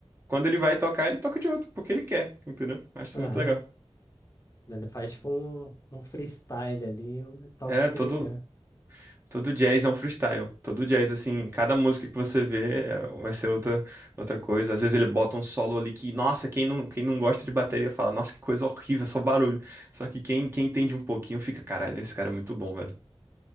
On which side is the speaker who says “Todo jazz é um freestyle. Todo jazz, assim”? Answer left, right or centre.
Right